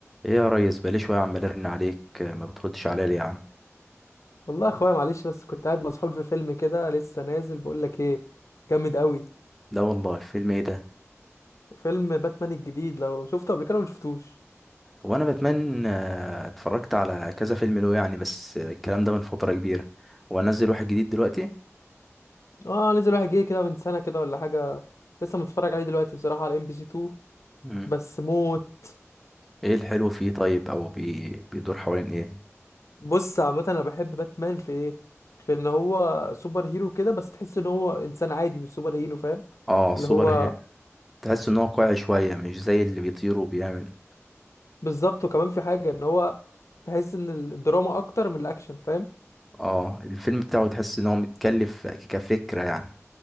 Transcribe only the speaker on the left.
والله يا اخويا معلش بس كنت قاعد مسحول في فيلم كده لسه نازل بقول لك ايه جامد قوي
فيلم باتمان الجديد لو شفته قبل كده ولا شفتوش
اه نزل واحد جه كده من سنه كده ولا حاجه لسه متفرج عليه دلوقتي بصراحه على ام بي سي 2
بس موت
بص عامه انا بحب باتمان في ايه في ان هو سوبر هيرو كده بس تحس ان هو انسان عادي مش سوبر هيرو فاهم
اللي هو
بالظبط وكمان في حاجه ان هو تحس ان الدراما اكتر من الاكشن فاهم